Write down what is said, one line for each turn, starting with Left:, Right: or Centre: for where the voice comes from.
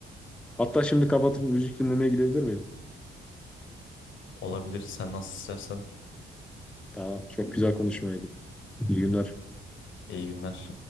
Centre: Hatta şimdi kapatıp müzik dinlemeye gidebilir miyim?
Left: Olabilir sen nasıl istersen.
Centre: Tamam çok güzel konuşmaydı. İyi günler.
Left: İyi günler.